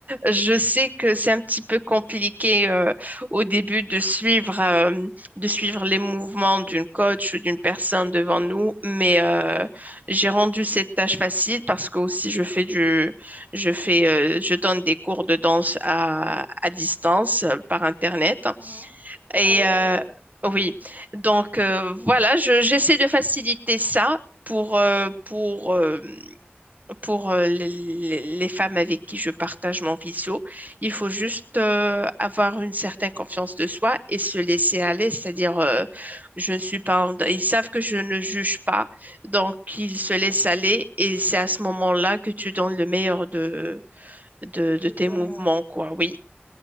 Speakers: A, on the right; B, in the centre.
A: Je sais que c'est un petit peu compliqué euh, au début de suivre, euh, de suivre les mouvements d'une coach ou d'une personne devant nous, mais euh, j'ai rendu cette tâche facile parce que aussi je fais du, je fais, euh, je donne des cours de danse à, à distance euh, par Internet.
B: Ah Ah
A: Et
B: Ah ouais,
A: euh,
B: ouais,
A: oui, donc euh, voilà, je, j'essaie de faciliter ça pour, euh, pour euh, pour euh, les, les- les femmes avec qui je partage mon visio. Il faut juste euh, avoir une certaine confiance de soi et se laisser aller, c'est-à-dire euh, je ne suis pas en- ils savent que je ne juge pas, donc ils se laissent aller et c'est à ce moment-là que tu donnes le meilleur de de, de
B: de
A: tes
B: toi-même.
A: mouvements, quoi. Oui,